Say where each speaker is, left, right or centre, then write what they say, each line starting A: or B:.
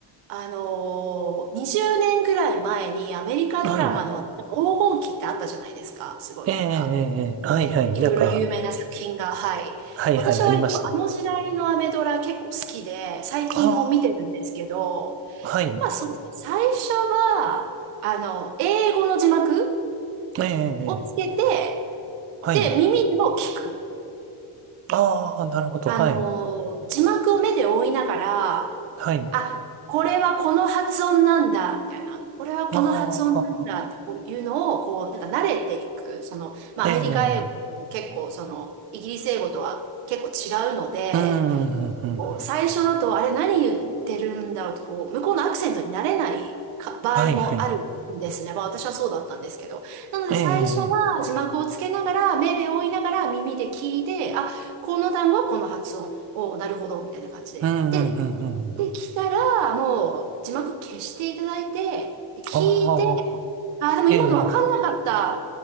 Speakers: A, on the right; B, on the right.
A: あのー、20年ぐらい前にアメリカドラマのなんか黄金期ってあったじゃないですか。
B: はい。
A: すごいなんか、
B: ええ、ええ、ええはい、
A: あのー、
B: はい。なんか、
A: いろいろ有名な作品が、はい。
B: はい、
A: 私は割とあの時代のアメドラ結構好きで、
B: はい、ありましたね。
A: 最近も見てるんですけど、
B: ああ、はい。
A: まあ、そうですね。最初は、あの、英語の字幕
B: ええ、ええ、
A: をつけて、
B: ええはい。
A: で、耳でも聞く。
B: ああ、なるほど。
A: あの字幕を目で追いながら、
B: はい。はい。
A: あ、これはこの発音なんだ、みたいな。これはこの発音なんだ、
B: ああ、
A: ってこういうのを、こう、なんか慣れていく。その、まあ、
B: ええ、
A: アメリカ英語、
B: ええ
A: 結構、その、イギリス英語とは結構違うので、
B: うんうんうんうん。
A: こう最初だと、あれ何言ってるんだろうとこう、向こうのアクセントになれないか場合もあるんですね。
B: はいはい。
A: まあ私はそうだったんですけど。なので最初は字幕をつけながら、
B: ええ、ええ
A: 目で追いながら耳で聞いて、あ、この単語はこの発音を、なるほど、みたいな感じで。
B: うんうんうんうん。
A: で、できたら、もう字幕消していただいて、で聞いて、
B: ああ、
A: あ、でも今のわかんなかった
B: ええ、